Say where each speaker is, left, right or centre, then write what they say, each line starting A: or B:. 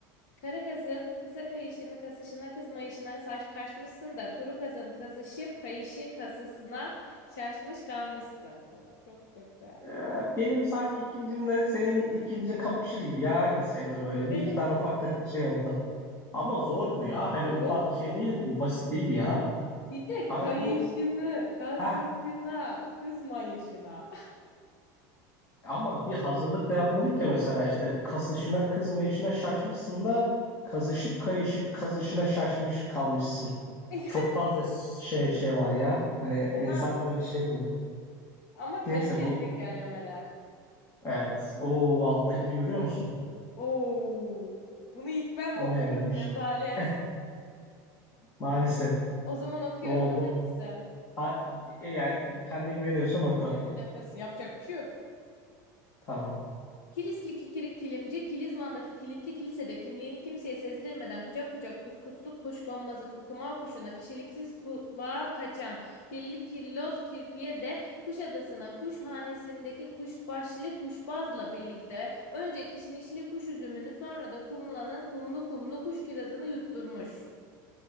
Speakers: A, on the left; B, on the left.
A: Kara kazın kısa kayışını kasışına kızmayışına saç şaşmışsın da kuru kazın kazışıp kayışı kasısına şaşmış kalmışsın. Of çok kötü.
B: Ee, benim sanki ikincimle senin ikincin kapışır gibi ya aynı sayılır böyle.
A: Öyle
B: Bir iki tane
A: mi değil?
B: ufak tefek şey oldu. Ama zor bu ya. Hani ufak
A: Çok
B: şey
A: da.
B: değil bu basit değil ya.
A: Bir de
B: Hani
A: kayışını,
B: bu
A: kasışına,
B: heh
A: kızmayışına.
B: ama bir hazırlık da yapmadık ya mesela işte kasışına kızmayışına şaşmışsın da kazışıp kayışıp kazışına şaşmış kalmışsın.
A: <laughs>
B: Çok
A: Ya
B: fazla
A: çok
B: şey şey var ya. Hani
A: fena.
B: insan böyle şey oluyor.
A: Ama kaliteli
B: Neyse bu
A: tekerlemeler.
B: evet. O alttakini görüyor musun?
A: Oo, bunu ilk ben
B: O
A: mi okuyorum?
B: ne vermiş?
A: Rezalet.
B: <laughs> Maalesef.
A: O zaman okuyorum.
B: O
A: Hazır
B: bu
A: mısın?
B: Ha, e, yani kendine güveniyorsan oku.
A: Derin bir nefes. Yapacak bir şey yok.
B: Tamam.
A: Kilisli kikirik kilimci, Kilizman'daki kilitli kilisede kimliğini kimseye sezdirmeden kucak kucak kuskuslu kuşkonmazı kukumav kuşuna kişiliksiz kulağa kaçan kirli kirloz kirpiye de Kuşadası'na kuşhanesindeki kuşbaşlı kuşbazla birlikte önce kişnişli kuş üzümünü sonra da kumlanın kumlu kumlu kuş kirazını yutturmuş.